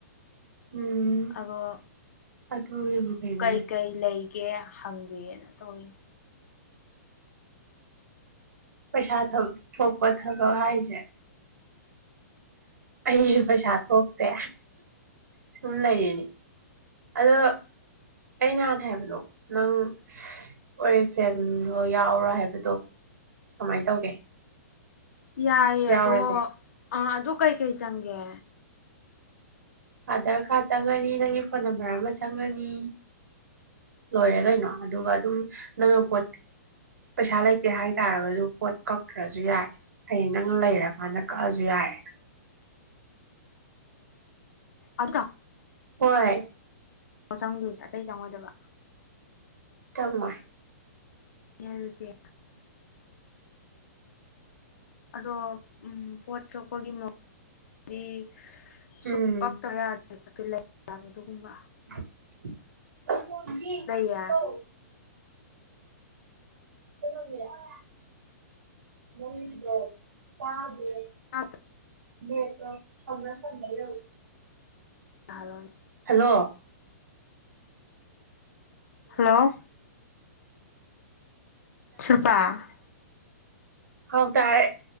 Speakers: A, on the right (about 80°); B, on the left (about 60°).
A: ꯎꯝ
B: ꯑꯗꯣ
A: ꯑꯗꯨꯒꯤꯕꯨ
B: ꯎꯝ
A: ꯀꯩꯅꯣꯅꯦ
B: ꯀꯩꯀꯩ ꯂꯩ ꯒꯦ ꯍꯪꯒꯦꯅ ꯇꯧꯏꯅꯤ
A: ꯄꯩꯁꯥ ꯊꯣꯛꯄ ꯊꯥꯕꯛ ꯍꯥꯏꯖꯦ ꯑꯩꯖꯨ ꯄꯩꯁꯥ ꯊꯣꯛꯇꯦ ꯁꯨꯝ ꯂꯩꯔꯤꯅꯤ ꯑꯗꯣ ꯑꯩ ꯅꯍꯥꯟ ꯍꯥꯏꯕꯗꯣ ꯅꯪ ꯑꯣꯔꯤꯐꯦꯝꯗꯣ ꯌꯥꯎꯔꯣ ꯍꯥꯏꯕꯗꯣ ꯀꯃꯥꯏ ꯇꯧꯒꯦ
B: ꯌꯥꯏ
A: ꯌꯥꯎꯔꯁꯦ
B: ꯑꯗꯣ ꯑ ꯑꯗꯨ ꯀꯩ ꯀꯩ ꯆꯪꯒꯦ
A: ꯑꯙꯔ ꯀꯥꯔꯗ ꯆꯪꯒꯅꯤ ꯅꯪꯒꯤ ꯐꯣꯟ ꯅꯝꯕꯔ ꯑꯃ ꯆꯪꯒꯅꯤ ꯂꯣꯏꯔꯦ ꯀꯩꯅꯣ ꯑꯗꯨꯒ ꯑꯗꯨꯝ ꯅꯪꯅ ꯄꯣꯠ ꯄꯩꯁꯥ ꯂꯩꯇꯦ ꯍꯥꯏꯇꯥꯥꯔꯒꯖꯨ ꯄꯣꯠ ꯀꯛꯈ꯭ꯔꯖꯨ ꯌꯥꯏ ꯍꯌꯦꯡ ꯅꯪꯅ ꯂꯩꯔꯀꯥꯟꯗ ꯀꯛꯑꯖꯨ ꯌꯥꯔꯦ
B: ꯑꯗꯨꯒ
A: ꯍꯣꯏ
B: ꯃꯆꯪꯗꯣꯏꯖꯦ ꯑꯇꯩ ꯆꯪꯉꯣꯏꯗꯕ
A: ꯆꯪꯉꯣꯏ
B: ꯌꯜꯖꯤ ꯑꯗꯣ ꯎꯝ ꯄꯣꯠ ꯀꯛꯄꯒꯤ ꯃꯑꯣꯡꯗꯤ ꯁꯨꯛ
A: ꯎꯝ
B: ꯄꯛꯇꯕꯌꯥ ꯍꯥꯏꯠꯇ ꯂꯩꯕ ꯑꯗꯨꯒꯨꯝꯕ
A: <unintelligible> ꯍꯧꯕꯤ
B: ꯂꯩꯌꯦ
A: ꯑꯣ ꯆꯅ ꯃꯒ ꯀꯥꯗ
B: ꯑꯥ
A: ꯌꯦꯠꯇꯣ ꯍꯝꯅ ꯊ ꯂꯩ
B: ꯊꯔꯅꯤ
A: ꯅ
B: ꯍꯜꯂꯣ ꯆꯨꯔꯄꯄꯥ
A: ꯍꯧ ꯇꯔꯦ